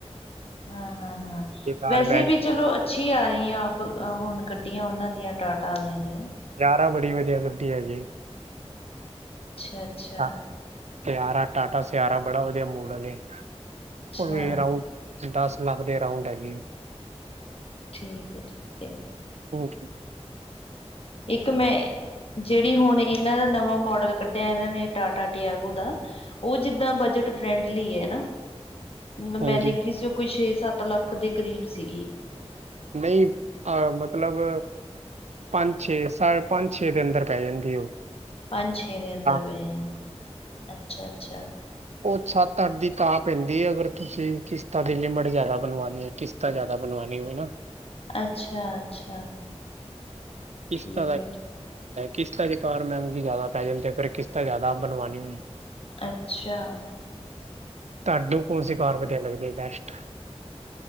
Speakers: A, on the left (about 60°); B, on the right (about 85°).
A: ਹਾਂ ਹਾਂ ਹਾਂ
B: ਇਹ ਕਾਰ
A: ਵੈਸੇ
B: ਬੈਸਟ
A: ਵੀ ਚਲੋ ਅ ਅੱਛੀ ਆ ਰਹੀਆਂ ਹੁਣ ਗੱਡੀਆਂ ਉਹਨਾਂ ਦੀਆਂ ਟਾਟਾ ਵਾਲਿਆਂ ਦੀਆਂ
B: ਯਾਰ ਬੜੀ ਬਧੀਆ ਗਟੀ ਹੈ ਜ
A: ਅੱਛਾ ਅੱਛਾ
B: ਹਾਂ, ਸਿਆਰਾ ਟਾਟਾ ਸਿਆਰਾ ਬੜਾ ਵਧੀਆ ਮੂਡ ਹੈ ਇਹ
A: ਅੱਛਾ
B: ਫਰ ਆਓ ਦਸ ਲੱਖ ਦੇ ਅਰਾਉਂਡ ਹੈਗੇ
A: ਠੀਕ ਹੈ ਠੀਕ ਹੈ
B: ਓਕੇ
A: ਇੱਕ ਮੈਂ ਜਿਹੜੀ ਹੁਣ ਇਹਨਾਂ ਦਾ ਨਵਾਂ ਮੋਡਲ ਕੱਢਿਆ ਇਹਨਾਂ ਨੇ ਟਾਟਾ ਟਟੀਆਗੋ ਦਾ ਉਹ ਜਿੱਦਾਂ ਬਜਟ ਫਰੈਂਡਲੀ ਹੈ ਨਾ ਮਤਲਬ ਮੈਂ
B: ਹਾਂਜੀ
A: ਦੇਖੀ ਸੀ ਉਹ ਕੋਈ ਛੇ ਸੱਤ ਲੱਖ ਦੇ ਕਰੀਬ ਸੀਗੀ
B: ਨਹੀਂ ਅਹ ਮਤਲਬ ਪੰਜ ਛੇ ਸਾ ਪੰਜ ਛੇ ਦੇ ਅੰਦਰ ਪੈ ਜਾਂਦੀ ਉਹ
A: ਪੰਜਛੇਦ ਅ ਦ
B: ਹਾਂ,
A: ਰਪੀ ਅੱਛਾ ਅੱਛਾ
B: ਉਹ ਸੱਤ ਅੱਠ ਦੀ ਤਾਂਾ ਪੈਂਦੀ ਅਗਰ ਤੁਸੀਂ ਕਿਸ਼ਤਾਂ ਦੀ ਲਿਮਟ ਜ਼ਿਆਦਾ ਬਣਵਾਉਣੀ ਹੈ ਕਿਤ ਤਾਂ ਜ਼ਿਆਦਾ ਬਣਵਾਉਣੀ ਹੋਵੇ ਨਾ
A: ਅੱਛਾ ਅੱਛਾ
B: ਕਿਸ
A: ਠੀਕ
B: ਤਰ੍ਹਾਂ
A: ਹੈ ਠੀਕ
B: ਕਿਸ਼ਤਾਂ ਜੇ ਕਾਰਰ ਮਹਿੰਗੀ ਜ਼ਿਆਦਾ ਪੈ ਜਾਂਲਦੀ ਫਿਰ ਕਿਤਾਂ ਜ਼ਿਆਦਾ ਆਪ ਬਣਵਉੀ ਹੋ
A: ਅੱਛਾ
B: ਤੁਹਾਾਨੂੰ ਕੌਣ ਸੀ ਕਾਰ ਵਧੀਆ ਲੱਗਦੀ ਬੈਸਟ